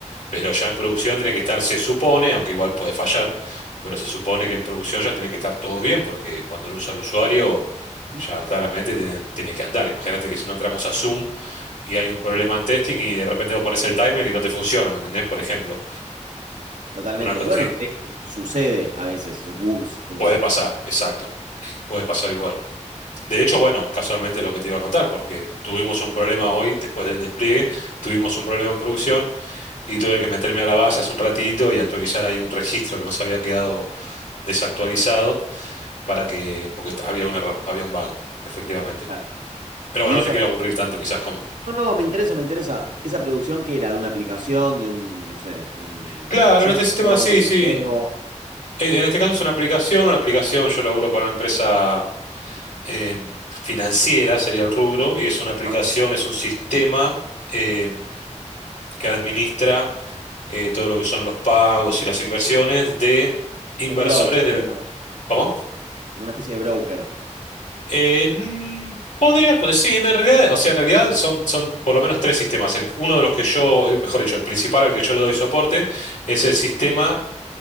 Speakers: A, on the left (about 80°); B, on the right (about 80°).
A: pero ya en producción tiene que estar, se supone, aunque igual puede fallar, pero se supone que en producción ya tiene que estar todo bien, porque cuando lo usa el usuario,
B: ¿Mm?
A: ya claramente tiene, tiene que andar. Imagínate que si no entramos a Zoom y hay un problema en testing y de repente vos pones el timer y no te funciona, ¿me entendés? Por ejemplo,
B: Totalmente.
A: una cosa
B: Bueno,
A: así.
B: que de hecho sucede a veces esos bugs que...
A: Puede pasar, exacto. Puede pasar igual. De hecho, bueno, casualmente es lo que te iba a contar, porque tuvimos un problema hoy, después del despliegue, tuvimos un problema en producción y tuve que meterme a la base hace un ratito y actualizar ahí un registro que nos había quedado desactualizado para que, porque había un error, había un bug, efectivamente.
B: Claro.
A: Pero
B: Y
A: bueno, no
B: eso
A: te quiero aburrir tanto quizás con...
B: No, no, me interesa, me interesa. ¿Esa producción que era? ¿De una aplicación? ¿De un, no sé, de un
A: Claro,
B: sitio?
A: en este sistema sí,
B: ¿De un
A: sí.
B: juego?
A: En en este caso es una aplicación, una aplicación, yo laburo para una empresa eh, financiera, sería el rubro, y es una aplicación,
B: ¿Ah?
A: es un sistema eh, que administra eh, todo lo que son los pagos y las inversiones de inversores
B: Como un broker,
A: de la...
B: digamos.
A: ¿Cómo?
B: Como una especie de broker.
A: Eh, mm, podría, pues sí, en realidad, o sea, en realidad son, son por lo menos tres sistemas. El- uno de los que yo, el- mejor dicho, el principal al que yo le doy soporte es el sistema